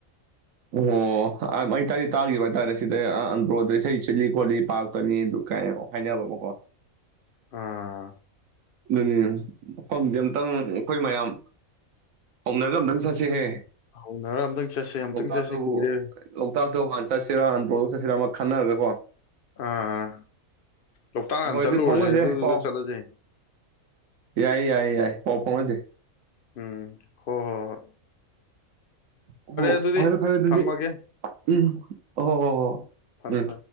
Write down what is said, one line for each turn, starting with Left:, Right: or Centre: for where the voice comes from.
Right: ꯑꯣ ꯑꯝ ꯑꯩ ꯇꯥꯗꯤ ꯇꯥꯈꯤꯕ ꯍꯥꯏꯇꯥꯔꯦ ꯁꯤꯗ ꯑ ꯑꯟꯗ꯭ꯔꯣꯗ ꯏꯁꯩ ꯁꯤꯜꯂꯤ ꯈꯣꯠꯂꯤ ꯄꯥꯛꯇꯅꯤ ꯑꯗꯨ ꯀꯥꯏꯅꯣ ꯍꯥꯏꯅꯕꯕ ꯀꯣ
Left: ꯑꯥ
Right: ꯑꯗꯨꯅꯤ ꯃꯐꯝꯁꯦ ꯑꯝꯇꯪ ꯑꯩꯈꯣꯏ ꯃꯌꯥꯝ ꯍꯧꯅꯔꯒ ꯑꯝꯇꯪ ꯆꯠꯁꯤꯍꯦ
Left: ꯍꯧꯅꯔ ꯑꯝꯇꯪ ꯆꯠꯁꯦ ꯑꯝꯇꯪ
Right: ꯂꯣꯛꯇꯥꯛꯇꯕꯨ
Left: ꯆꯠꯁꯤ ꯀꯨꯏꯔꯦ
Right: ꯂꯣꯛꯇꯥꯛꯇ ꯍꯥꯟ ꯆꯠꯁꯤꯔꯥ ꯑꯟꯗ꯭ꯔꯣ ꯆꯠꯁꯤꯔ ꯑꯃ ꯈꯟꯅꯔꯒ ꯀꯣ
Left: ꯑꯥ ꯂꯣꯛꯇꯥꯛ ꯍꯥꯟꯅ
Right: ꯍꯣꯏ
Left: ꯆꯠꯂꯨꯔꯁꯦ
Right: ꯑꯗꯨꯗꯤ ꯐꯥꯎꯅꯁꯦ
Left: ꯑꯗꯨꯗꯨꯒ
Right: ꯄꯥꯎ
Left: ꯆꯠꯂꯁꯦ
Right: ꯌꯥꯏ ꯌꯥꯏ ꯌꯥꯏ ꯄꯥꯎ ꯐꯥꯎꯅꯁꯦ
Left: ꯎꯝ ꯍꯣ ꯍꯣ ꯍꯣꯏ
Right: ꯑꯣ
Left: ꯑꯗꯨꯗꯤ
Right: ꯐꯔꯦ ꯐꯔꯦ ꯑꯗꯨꯗꯤ
Left: ꯊꯝꯃꯒꯦ
Right: ꯎꯝ ꯍꯣ ꯍꯣ ꯍꯣ
Left: ꯊꯝꯃꯦ
Right: ꯎꯝ
Left: ꯊꯝꯃꯦ